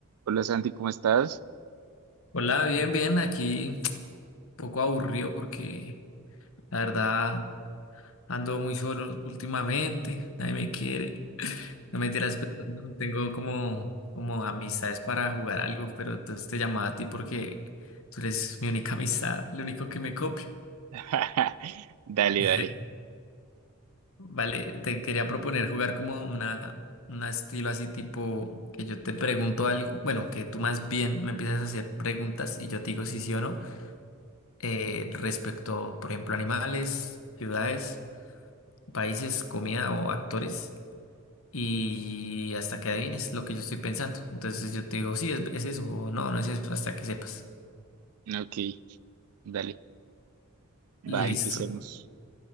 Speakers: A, on the right; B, on the left.
A: Hola Santi, ¿cómo estás?
B: Hola, bien, bien, aquí un poco aburrido porque la verdad ando muy solo últimamente, nadie me quiere, <laughs> no me tiras, pero no tengo como, como amistades para jugar algo, pero entonces te llamaba a ti porque tú eres mi única <laughs> amistad, el único que me copia.
A: <laughs> Dale,
B: <laughs>
A: dale.
B: Vale, te quería proponer jugar como una, un estilo así tipo que yo te pregunto algo, bueno, que tú más bien me empiezas a hacer preguntas y yo te digo si sí o no. eh, respecto, por ejemplo, animales, ciudades, países, comida o actores. Y hasta que adivines lo que yo estoy pensando. Entonces yo te digo, sí, es, es eso, o no, no es eso, hasta que sepas.
A: Ok, dale.
B: Listo.
A: Va, empecemos.